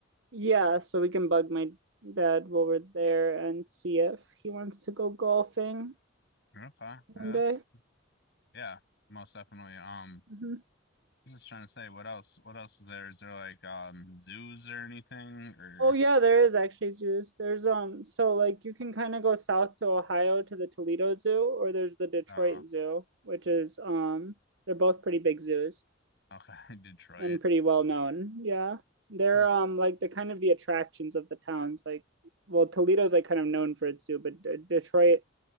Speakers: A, on the right (about 65°); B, on the left (about 55°).
A: Yeah. So we can bug my dad while we're there and see if he wants to go golfing
B: Okay, yeah, that's
A: one day.
B: yeah, most definitely. Um,
A: Mm-hmm.
B: I was just trying to say, what else? What else is there? Is there like um zoos or anything or
A: Oh, yeah, there is actually zoos. There's, um, so like you can kind of go south to Ohio to the Toledo Zoo, or there's the Detroit
B: uh
A: Zoo, which is, um, they're both pretty big zoos.
B: okay, <laughs> Detroit?
A: and pretty well known. Yeah. They're
B: Huh.
A: um like the kind of the attractions of the towns. Like, well, Toledo's like kind of known for its zoo, but D- Detroit